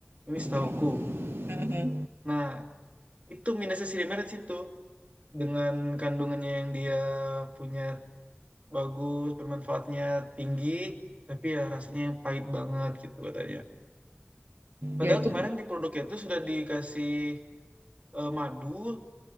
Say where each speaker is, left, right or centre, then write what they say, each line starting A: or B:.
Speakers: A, on the right; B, on the right.
A: Ini setauku.
B: Ya. Uh-huh.
A: Nah, itu minusnya sirih merah di situ. Dengan kandungannya yang dia punya bagus, bermanfaatnya tinggi, tapi ya rasanya yang pahit banget gitu katanya. Padahal
B: ya itu
A: kemarin di produknya itu sudah dikasih eh, madu,